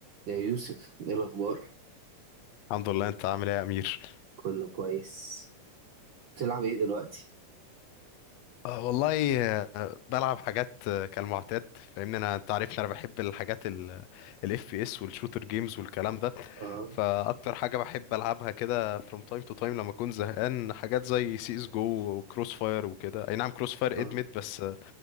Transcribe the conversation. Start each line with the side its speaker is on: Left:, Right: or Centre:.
Right: يا يوسف ايه الاخبار
Left: الحمد لله انت عامل ايه يا امير
Right: كله كويس بتلعب ايه دلوقتي
Left: آه والله آه بلعب حاجات آه كالمعتاد فاهمني انا انت عارفني انا بحب الحاجات الاف بي اس والشوتر جيمز والكلام ده
Right: اه
Left: فاكتر حاجه بحب العبها كده from time to time لما اكون زهقان حاجات زي سي اس جو وكروس فاير وكده اي نعم كروس فاير
Right: اه
Left: ادمت بس آه